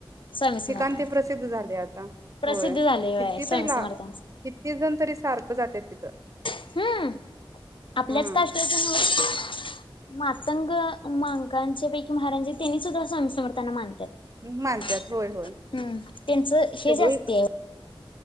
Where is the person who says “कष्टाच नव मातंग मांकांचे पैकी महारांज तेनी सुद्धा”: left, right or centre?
Left